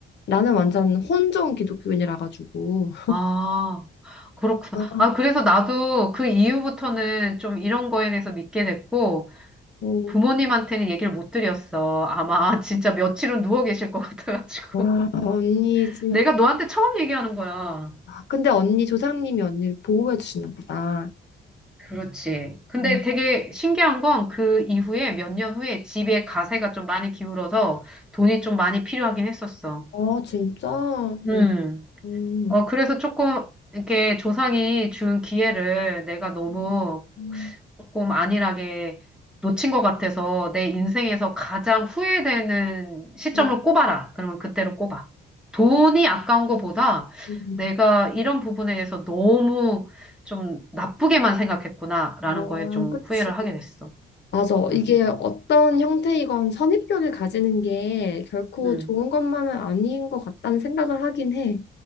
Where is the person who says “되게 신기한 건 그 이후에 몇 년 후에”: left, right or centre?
Centre